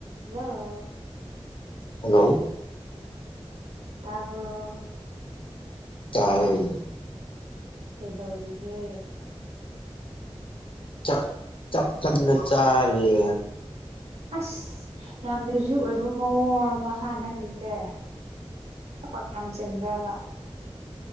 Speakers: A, on the right; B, on the left.
A: hello
B: hello
A: ꯇꯥꯕ꯭ꯔꯣ
B: ꯇꯥꯏ
A: ꯀꯩꯗꯧꯔꯤꯒꯦ
B: ꯆꯥꯛ ꯆꯥꯛ ꯆꯪꯅ ꯆꯔꯤꯌꯦ
A: ꯑꯁ ꯌꯥꯝ ꯃ꯭ꯌꯨꯖꯤꯛ ꯑꯣꯏꯕ ꯃꯑꯣꯡꯕ ꯍ ꯅꯪꯒꯤꯁꯦ ꯊꯕꯛ ꯌꯥꯝ ꯆꯤꯟꯕ꯭ꯔꯥꯕ